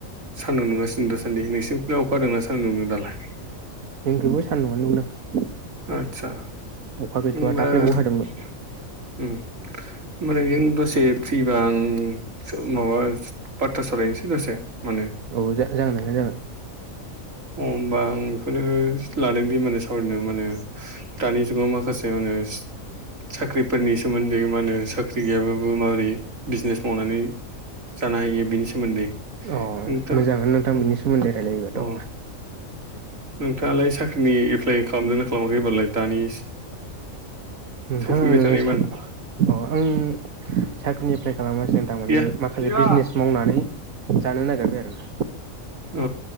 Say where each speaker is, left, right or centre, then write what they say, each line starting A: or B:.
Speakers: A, on the right; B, on the right.
A: सान्दुं दुंगासिनो दासान्दि नोंसिनि अखा हादोंना सान्दुं दुंदों दालाय?
B: जोंखौबो सान्दुआनो दुंदों।
A: आदसा
B: अखा गैथ'वा
A: ओमबा
B: दाख्लैबाव
A: उम
B: हादोंमोन
A: ओमबालाय नों दसे फ्रिबा आं सो माबा बाथ्रा सावरायनोसै दसे माने
B: औ जागोन नोंथां जागोन।
A: अ होमबा आं बेखौनो सिथ्लादों बे माने सावरायनो माने दानि जुगाव माखासे मा होनो साख्रिफोरनि सोमोन्दै मा होनो साख्रि गैयाबाबो माबोरै बिजनेस मावनानै जानो हायो बेनि सोमोन्दै
B: अ
A: नोंथां
B: मोजाङानो नोंथां
A: अ
B: बिनि सोमोन्दै रायलायोबाथ'
A: अ नोंथाङालाय साख्रि नि एप्लाइ खालामदोंना खालामाखैबालाय एबारलाय दानि
B: नोंथां
A: सफैबाय
B: आङो
A: थानाय
B: सान
A: मान
B: अ आं साख्रिनि एप्लाय खालामगासिनो थारमानानि
A: गैया
B: माखासे
A: गैया
B: बिजनेस मावनानै जानो नागिरबाय आरोना‌।
A: अ